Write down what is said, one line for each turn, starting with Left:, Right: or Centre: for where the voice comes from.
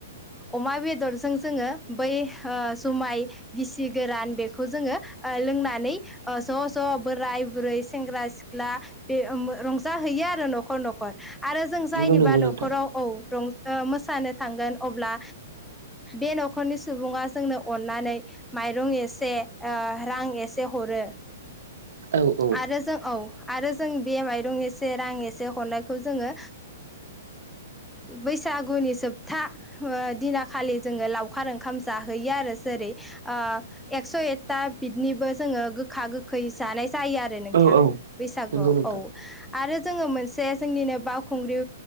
Centre: अमा बेदरजों जोङो बै जुमाय गिसि गोरान बेखौ जोङो लोंनानै ज' ज' बोराय बुरै सेंग्रा सिख्ला रंजाहैयो आरो । न'खर न'खर आरो जों जायनिबा
Right: नंगौ नंगौ
Centre: न'खराव
Right: नोंथां
Centre: औ रंजानो मोसानो थांगोन अब्ला बे न'खरनि सुबुङा जोंनो अननानै माइरं एसे रां एसे हरो
Right: औ औ
Centre: आरो जों औ आरो जों बे माइरं एसे रां एसे हरनायखौ जोङो बैसागुनि जोबथा दिन खालि जोङो लावखार ओंखाम जाहैयो आरो सोर एगस एगथा बिदिनोबो जों गोखा गोखै जानाय जायो । आरो नोंथां
Right: औ औ
Centre: बैसागुआव
Right: नंगौ नोंथां
Centre: औ आरो जोङो मोनसे जोंनिनो बावखुंग्रि